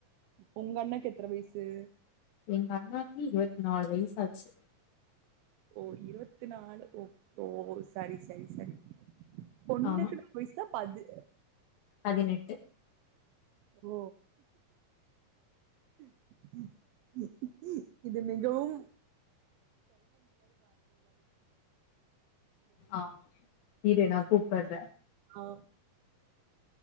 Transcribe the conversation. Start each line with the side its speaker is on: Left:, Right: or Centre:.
Right: உங்க அண்ணாக்கு எத்தன வயசு
Left: எங்க அண்ணாக்கு இருவத் தி நாலு வயசாச்சு
Right: ஓ இருவத்தி நாலு ஒ ஓ சரி சரி சரி பொண்ணுக்கு
Left: ஆமா
Right: நம்வய்ஸ் த பது
Left: பதினெட்டு
Right: ஓ ம் ம் இது மிகவு
Left: ஆமா இரு நா கூப்பட்ற
Right: ஆ